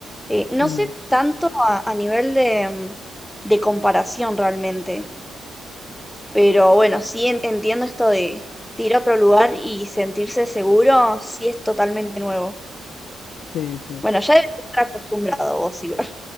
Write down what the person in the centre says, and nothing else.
Eh, no
sé tanto a, a nivel de, em, de comparación realmente, pero bueno, sí en- entiendo esto de, de ir a otro lugar y sentirse seguro, sí es totalmente nuevo.
Bueno, ya debes estar acostumbrado vos igual.